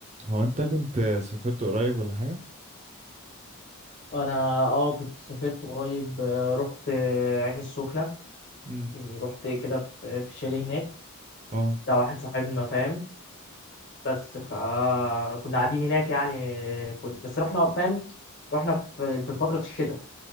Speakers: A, on the right; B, on the left.
A: هو انت كنت سافرت قريب ولا حاجة؟
B: انا اه كنت سافرت قريب آه، رحت آه، عين السخنه
A: امم
B: يعني رحت كده في في شاليه هناك
A: اه
B: ده واحد صاحبنا فاهم بس فكنا قاعدين هناك يعني كنت بس رحنا فاهم رحنا في في فتره الشتاء